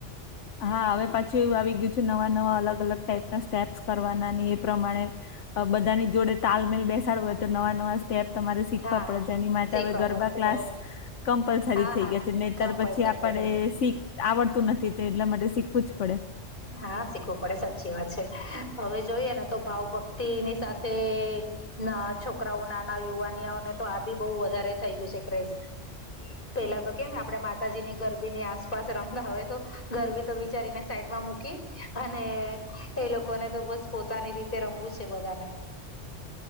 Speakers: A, on the left; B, on the left.
A: હા હવે પાછી એવું આવી ગયું છે નવા નવા અલગ અલગ ટાઈપ ના સ્ટેપ્સ કરવાના ની એ પ્રમાણે બધાની જોડે તાલમેલ બેસાડવું હોય તો નવા નવા પ તમારે શીખવા
B: હા
A: પડે છે એની માટે
B: શીખવા
A: હવે ગરબા
B: પડશે
A: ક્લાસ
B: ખબર
A: કમ્પલસરી
B: હા
A: થઈ
B: હા
A: ગયા છે નહીતર
B: કમ્પલસરી
A: પછી આપડ
B: થઈ જશે
A: શી આવડતું નથી તે એટલા માટે શીખવું જ પડે
B: હા શીખવું પડે સાચી વાત છે હવે જોઈએ ને તો ભાવ ભક્તિની સાથે ના છોકરાઓ નાના યુવાનઓને તો આ બી બહુ વધારે થઈ ગયું છે ક્રેઝ પેલા તો કેમ આપે માતાજી ની ગરબી ની આસપાસ રમતા હવે તો ગરબી તો વિચારીને સાઈડમાં મકી અને એ લોકોને તો બસ પોતાની રીતે રમવું છે બધાને